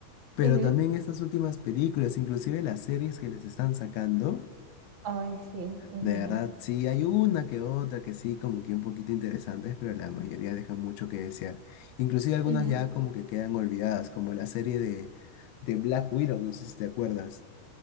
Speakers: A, on the left; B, on the right.
A: Pero
B: ujú.
A: también estas últimas películas, inclusive las series que les están sacando.
B: Ay, sí. ujú,
A: De verdad, sí, hay una que otra que sí, como que un poquito interesantes, pero la mayoría dejan mucho que desear. Inclusive algunas
B: ujú.
A: ya como que quedan olvidadas, como la serie de, de Black Widow, no sé si te acuerdas.